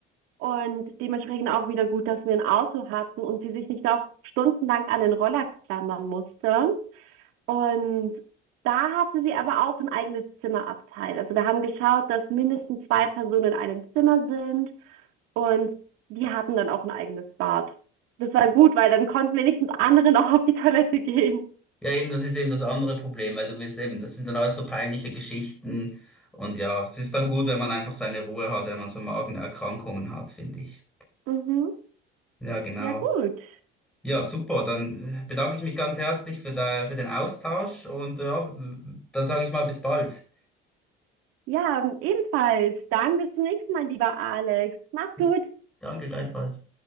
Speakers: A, on the right; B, in the centre.
A: und dementsprechend auch wieder gut, dass wir ein Auto hatten und sie sich nicht noch stundenlang an den Roller klammern musste. Und da hatte sie aber auch ein eigenes Zimmerabteil. Also wir haben geschaut, dass mindestens zwei Personen in einem Zimmer sind und die hatten dann auch ein eigenes Bad. Das war gut, weil dann konnten wenigstens andere noch auf die Toilette gehen.
B: Ja, eben, das ist eben das andere Problem, weil du willst eben, das sind dann alles so peinliche Geschichten und ja, es ist dann gut, wenn man einfach seine Ruhe hat, wenn man so Magenerkrankungen hat, finde ich.
A: Mhm.
B: Ja, genau.
A: Ja, gut.
B: Ja, super, dann äh, bedanke ich mich ganz herzlich für, da, für den Austausch und ja, dann sage ich mal bis bald.
A: Ja, ebenfalls. Dann bis zum nächsten Mal, lieber Alex. Mach's
B: Bis-
A: gut.
B: Danke gleichfalls.